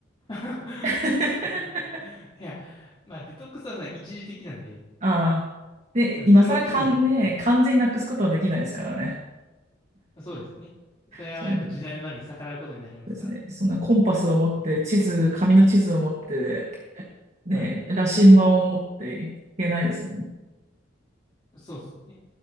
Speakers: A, on the left; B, on the right.
A: <laughs>
B: <laughs>
A: いや、まあデトックスはさ、一時的なんで、い
B: ああ。で、
A: やそれを機に、
B: 今更かんね、
A: はい
B: 完全になくすことはできないですからね。
A: そうですね。それはやっぱ時代の波に逆らうことになりますから。
B: そうですそうですね。そんなコンパスを持って、地図、紙の地図を持って、ね、
A: はい。
B: 羅針盤を持っていけないですもんね。
A: そうですね。